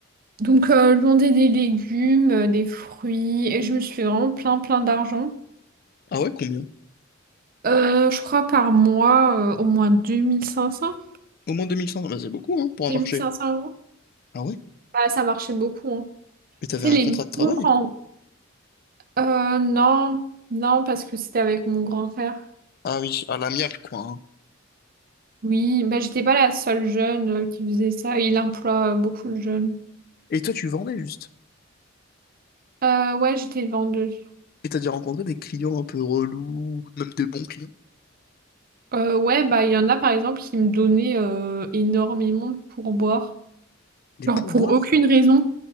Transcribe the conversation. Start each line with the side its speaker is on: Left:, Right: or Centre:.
Right: Donc, euh, je vendais des légumes, euh, des fruits, et je me suis fait vraiment plein, plein d'argent.
Left: Ah ouais, combien?
Right: Euh, je crois par mois, euh, au moins deux deux mille mille cinq cents
Left: Au moins 2500, bah, c'est beaucoup, hein, pour un
Right: deux
Left: marché.
Right: mille cinq cents euros.
Left: Ah ouais?
Right: Bah, ça marchait beaucoup, hein.
Left: Mais t'avais
Right: Tu
Left: un
Right: sais, les
Left: contrat
Right: maisons,
Left: de travail?
Right: quand Euh, non, non, parce que c'était avec mon grand frère.
Left: Ah oui, à l'amiable, quoi. hein.
Right: Oui, bah, j'étais pas la seule jeune euh, qui faisait ça. Il emploie euh, beaucoup de jeunes.
Left: Et toi, tu vendais juste.
Right: Euh, ouais, j'étais vendeuse.
Left: Et t'as déjà rencontré des clients un peu relous, ou même des bons clients?
Right: Euh, ouais, bah, il y en a par exemple qui me donnaient euh, énormément de pourboire.
Left: Des
Right: Genre
Left: pourboires?
Right: pour aucune raison.